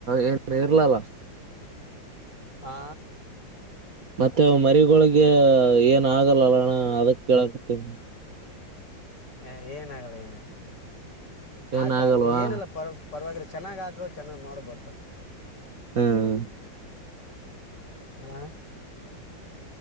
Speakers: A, on the right (about 50°); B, on the left (about 60°).
A: ಏನು ಇರ್ಲಲ್ಲ
B: ಹಾ
A: ಮತ್ತೆ ಮರಿಗಳೊಿಗೆ ಏನ್ ಆಗಲ್ಲಲ್ಲ ಅಣ ಅದಕ್ ಕೇಳಕತೇನಿ
B: ಹ ಏನ ಆಗಲ್ಲ ಏನ
A: ಏನ್
B: ಆಾಕಾಕ್
A: ಆಗಲ್ವಾ
B: ನೀ ಏನಲ್ಲ ಪರ ಪರವಾಗಿಲ್ಲ ಚೆನ್ನಾಗ್ ಹಾಕು ಚೆನ್ನಾಗ್ ಮಾಡ ಬರ್ತಾರ
A: ಹ್ಮ್
B: ಹ್ಮ್